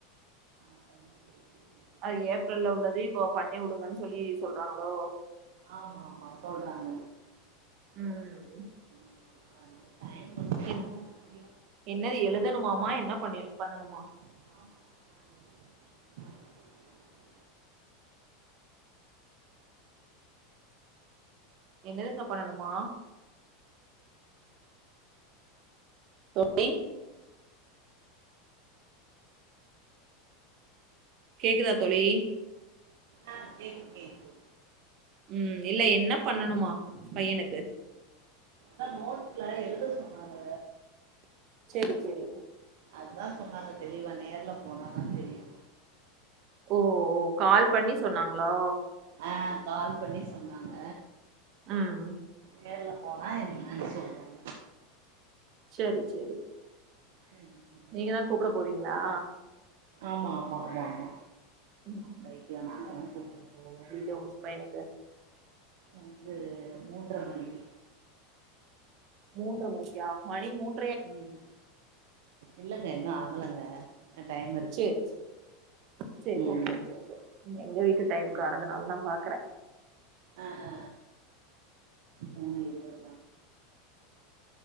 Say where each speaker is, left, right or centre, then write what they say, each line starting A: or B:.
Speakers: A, on the right (about 70°); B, on the right (about 50°).
A: அப்பதான் தெரியுது மெசேஜ்
B: அது
A: பண்ணிருக்காங்க
B: ஏப்ரல்ல உள்ளது இப்போ பண்ணி விடுங்கன்னு சொல்லி சொல்றாங்களோ
A: ஆமா ஆமா சொல்றாங்க
B: ம்
A: அதனால டைம் வந்து
B: என்
A: ரொம்ப முக்கியம்
B: என்னது எழுதணுமாமா என்ன பண்ணி பண்ணணுமா
A: ஆமா நா எழுதணு
B: என்னதுங்க பண்ணணுமா தோழி கேக்குதா தோழி
A: ஆ கேக்குது கேக்குது
B: ம் இல்ல என்ன பண்ணணுமா பையனுக்கு
A: ஆ நோட்ல எழுத சொன்னாங்க
B: செரி செரி
A: அதான் சொன்னாங்க தெளிவா நேர்ல போனாதான் தெரியு
B: ஓ ஓ கால் பண்ணி சொன்னாங்களா
A: ஆ கால் பண்ணி சொன்னாங்க
B: ம்
A: நேர்ல போனா என்னன்னு சொல்வாங்க
B: செரி செரி
A: <unintelligible>
B: நீங்க தான் கூப்ட போவீங்களா
A: ஆமா மா மா மா
B: ம்
A: ரைக்கல நான் தான் கூப்ட போவோம்
B: ஜூஸ் பையனுக்கு
A: இந்த மூன்றரை மணிக்கு
B: மூன்றர மணிக்கா மணி மூணு
A: ம் இல்லங்க இன்னு ஆகலங்க இன்னு டயம்‌ இருக்
B: சேரி செரி சரி
A: ம்
B: ஓகே கே கே எங்க வீட்டு டைம் கானதுனால
A: ம்
B: தான் பாக்கற
A: ஆ ஆ மூனு இருவது